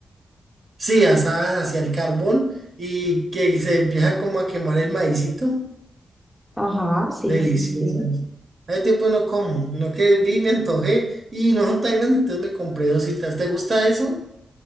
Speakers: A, on the right; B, in the centre.
A: Sí, asadas hacia el carbón y que se empieza como a quemar el maicito.
B: Ajá, sí,
A: Delicioso.
B: sí, sí.
A: eso. Hace tiempo no como, no que vi, me antojé y no son tan grandes, entonces me compré dos dositas. ¿Te gusta eso?